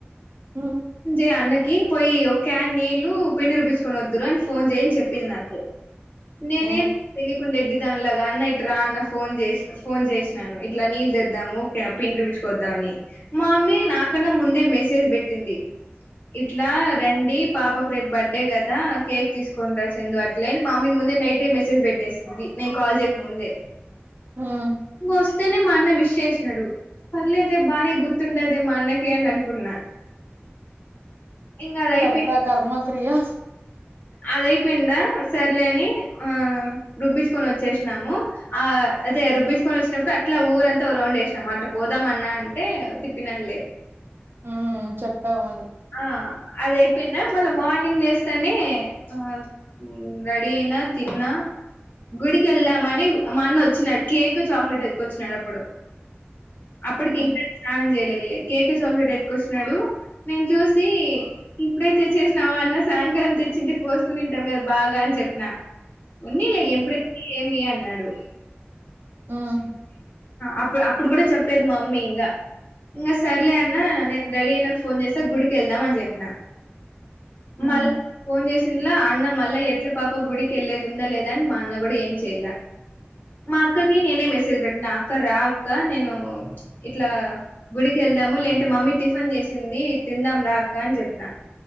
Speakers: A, on the right (about 60°); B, on the left (about 50°).
A: హ్మ్.
B: జై అన్నకి పోయి ఓ క్యానీళ్ళు పిండి రుబ్బింపించుకొని వద్దురు అని ఫోన్ చేయ్ అని చెప్పింది నాకు నేనే
A: హ్మ్.
B: తెలికుండ ఎడ్డీ దాని లాగా అన్న ఇట్రా అన్న ఫోన్ చేస్ ఫోన్ చేసినాను ఇట్లా నీళ్లు తెద్దాము ఓకే పిండి రుబ్బింపించుకొద్దామని మా అమ్మీ నాకన్నా ముందే మెసేజ్ పెట్టింది ఇట్లా రండి పాపకు రేపు బర్త్డే కదా కేక్ తీసుకొని రా చెందు అట్లేని మా మీ ముందే నైటే మెసేజ్ పెట్టేసింది నేను కాల్ చేయక ముందే
A: హ్మ్.
B: ఇంకొస్తేనే మా అన్న విష్ చేసినాడు పర్లేదే బానే గుర్తుండాదే మా అన్నకి అని అనుకున్నా ఇంగ అది
A: కర్త
B: అయిపోయి
A: కర్మ క్రియా
B: అదయిపోయింద సర్లేని ఆ రుబ్బించుకొని వచ్చేసినాము ఆ అయితే రుబ్బించుకొని వచ్చినప్పుడు అట్లా ఊరంతా ఓ రౌండ్ వేసినాం అట్ట పోదాం అన్నా అంటే తిప్పినాళ్లే
A: హ్మ్ చెప్పావు అది
B: ఆ అదైపోయిందా మళ్ళ మార్నింగ్ లేసి స్తానే ఆ రెడీ అయినా తిన్నా గుడికి వెళ్దామని మా అన్న వచ్చినాడు కేక్ చాక్లెట్ ఎత్తుకొచ్చినాడు అప్పుడు అప్పటికి
A: హ్మ్
B: ఇంకా స్నానం చేయ్ లెలె కేక్ చాక్లెట్ ఎతుకొచ్చినాడు నేను చూసి ఇప్పుది తేచ్చేసినవా అన్న సాయంకాలం తెచ్చింటే కోసుకుని తింటాం కదా బాగా అని చెప్పిన ఉన్నిలే
A: హ్మ్
B: ఎప్పుడైతే ఏమి అన్ న్నడు
A: హ్మ్
B: అప్పుడు అప్పుడు కూడా చెప్పలేదు మా మమ్మీ ఇంకా ఇంగ సర్లే అన్నా నేను రెడీ అయినక ఫోన్ చేస్తా గుడికి వెళ్దామని చెప్పిన
A: హ్మ్
B: మళ్ళ ఫోన్ చేసి తిన్ల అన్న మళ్ళా ఎట్ల పాప గుడికి వెళ్ళది ఉందా లేదని మా అన్న కూడా ఏం చెయల మా అక్కకి నేనే మెసేజ్ పెట్టిన అక్క రా అక్క నేను ఇట్లా గుడికి వెళ్దాము లేంటే మమ్మీ టిఫిన్ చేసింది తిందాం రాక్క అని చెప్పిన